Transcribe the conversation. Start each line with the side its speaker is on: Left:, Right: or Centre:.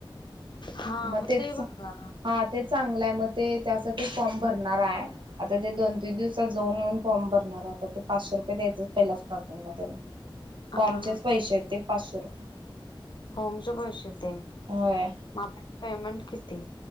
Left: हा
Right: मग
Left: म
Right: तेच
Left: ते बघा
Right: हा ते चांगलं हाय म ते त्यासाठी फॉर्म भरणार हाय आता ते दोन तीन दिवसात जाऊन युन फॉर्म भरणार हाय आता ते पाचशे रुपये द्यायंच पहिला स्टारटींगलां तेला
Left: हा
Right: फॉर्मचेच पैसे आहेत ते पाचशे रुपये
Left: फॉर्म चे पैसे ते म
Right: होय
Left: आता पेमेंट किती?